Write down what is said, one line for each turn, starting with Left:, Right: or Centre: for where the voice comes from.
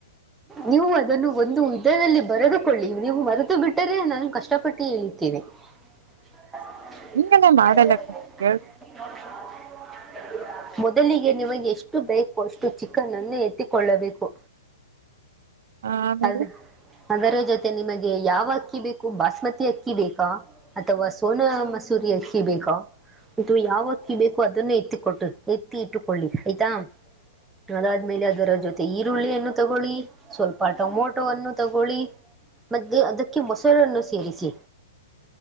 Centre: ನೀವು ಅದನ್ನು ಒಂದು ಇದರಲ್ಲಿ ಬರೆದುಕೊಳ್ಳಿ ನೀವು ಮರೆತು ಬಿಟ್ಟರೆ ನಾನು ಕಷ್ಟಪಟ್ಟು ಹೇಳಿತ್ತೇನೆ. <unintelligible>
Right: ಹಿಂಗೆಲ್ಲ ಮಾಡಲ್ಲ ಕಣ್ರಿ ಹೇಳ್ರಿ
Centre: ಮೊದಲಿಗೆ ನಿಮಗೆ ಎಷ್ಟು ಬೇಕೊ ಅಷ್ಟು ಚಿಕನ್ ಅನ್ನು ಎತ್ತಿಕೊಳ್ಳಬೇಕು.
Right: ಆಮೇಲೆ
Centre: ಅದ ಅದರ ಜೊತೆ ನಿಮಗೆ ಯಾವ ಅಕ್ಕಿ ಬೇಕು ಬಾಸ್ಮತಿ ಅಕ್ಕಿ ಬೇಕಾ. ಅಥವಾ ಸೋನ ಮಸೂರಿ ಅಕ್ಕಿ ಬೇಕಾ. ಇದು ಯಾವಕ್ಕಿ ಬೇಕು ಅದನ್ನ ಎತ್ತಿ ಕೊಟ್ಟು ಎತ್ತಿ ಇಟ್ಟುಕೊಳ್ಳಿ ಆಯ್ತಾ. ಅದಾದ್ಮೇಲೆ ಅದರ ಜೊತೆ ಈರುಳ್ಳಿ ಅನ್ನು ತಗೊಳ್ಳಿ. ಸ್ವಲ್ಪ ಟೊಮೊಟೊವನ್ನು ತಗೊಳ್ಳಿ ಮತ್ತು ಅದಕ್ಕೆ ಮೊಸರನ್ನು ಸೇರಿಸಿ.